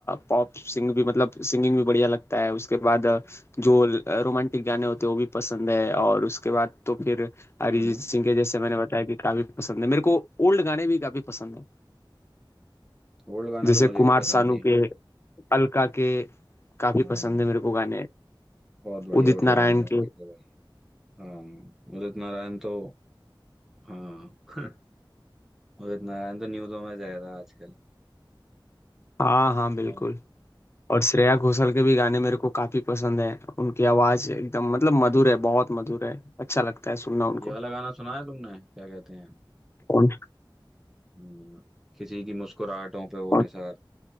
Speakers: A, on the left; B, in the centre.
A: पॉप सिंग भी मतलब सिंगिंग भी बढ़िया लगता है उसके बाद अ, जो रोमांटिक गाने होते हैं वो भी पसंद है और उसके बाद तो फिर
B: हम्म
A: अरिजीत सिंह के जैसे मैंने बताया कि काफी पसंद है मेरे को ओल्ड गाने भी काफी पसंद है
B: ओल्ड गाने
A: जैसे
B: तो मुझे
A: कुमार
B: भी पसंद
A: सानू
B: नहीं
A: के
B: है
A: अलका के काफी
B: हाँ,
A: पसंद है मेरे को गाने
B: बहुत बढ़िया
A: उदित
B: बढ़िया
A: नारायण
B: गाने हैं उनके
A: के
B: तो हाँ उदित नारायण तो हाँ <laughs> उदित नारायण तो न्यूज़ों में जा रहा है आजकल
A: हाँ हाँ बिल्कुल
B: और
A: और श्रेया घोषाल के भी गाने मेरे को काफी पसंद है उनकी आवाज एकदम मतलब मधुर है बहुत मधुर है अच्छा लगता है सुनना उनको
B: ये वाला गाना सुना है तुमने क्या कहते हैं
A: कौन
B: हम्म, किसी की मुस्कुराहटों पे वो
A: कौन
B: निसार